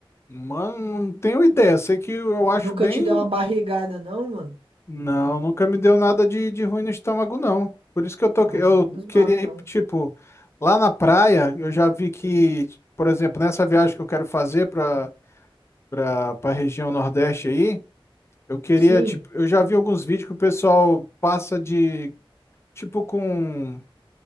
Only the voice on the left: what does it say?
Mano, não tenho ideia. Sei que eu acho
bem.
Não, nunca me deu nada de, de ruim no estômago, não. Por isso que eu tô,
eu
queria
ir, tipo, lá na praia, eu já vi que, por exemplo, nessa viagem que eu quero fazer para para a região Nordeste aí, eu queria,
tipo, eu já vi alguns vídeos que o pessoal passa de, tipo, com,